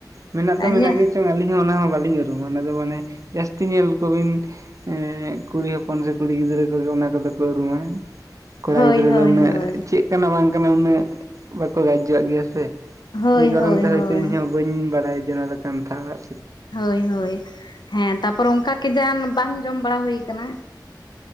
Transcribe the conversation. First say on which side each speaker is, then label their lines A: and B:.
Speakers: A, on the right (about 45°); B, on the left (about 70°).
A: ᱢᱮᱱᱟᱜ ᱫᱚ ᱢᱮᱱᱟᱜ
B: ᱧᱮ
A: ᱜᱮ ᱟᱹᱞᱤᱧ ᱦᱚᱸ ᱚᱱᱟ ᱦᱚᱸ ᱵᱟᱹᱞᱤᱧ ᱩᱨᱩᱢᱟ ᱚᱱᱟ ᱫᱚ ᱢᱟᱱᱮ ᱡᱟᱹᱥᱛᱤ ᱧᱮᱞ ᱠᱚᱵᱤᱱ ᱮ ᱠᱩᱲᱤ ᱦᱚᱯᱚᱱ ᱥᱮ ᱠᱩᱲᱤ ᱜᱤᱫᱽᱨᱟᱹ ᱠᱚᱜᱮ ᱚᱱᱟ ᱠᱚᱫᱚ ᱠᱚ ᱩᱨᱩᱢᱟ ᱠᱚᱲᱟ
B: ᱦᱳᱭ
A: ᱜᱤᱫᱽᱨᱟᱹ
B: ᱦᱳᱭ
A: ᱫᱚ ᱩᱱᱟᱹᱜ
B: ᱦᱳᱭ
A: ᱪᱮᱫ ᱠᱟᱱᱟ ᱵᱟᱝ ᱠᱟᱱᱟ ᱩᱱᱟᱹᱜ ᱵᱟᱠᱚ <unintelligible> ᱜᱮᱭᱟ ᱥᱮ,
B: ᱦᱳᱭ
A: ᱮᱭ ᱠᱟᱨᱚᱱ
B: ᱦᱳᱭ
A: ᱛᱮ
B: ᱦᱳᱭ
A: ᱦᱚᱭᱛᱚ ᱤᱧᱦᱚ ᱵᱟᱹᱧ ᱵᱟᱲᱟᱭ ᱡᱮᱱᱚ ᱠᱟᱱᱛᱷᱟ ᱟᱲᱟᱜ
B: ᱦᱳᱭ ᱦᱳᱭ ᱦᱮᱸ ᱛᱟᱯᱚᱨᱮ ᱚᱱᱠᱟ ᱠᱮ ᱡᱟᱱ ᱵᱟᱝ ᱡᱚᱢ ᱵᱟᱲᱟ ᱦᱩᱭ ᱟᱠᱟᱱᱟ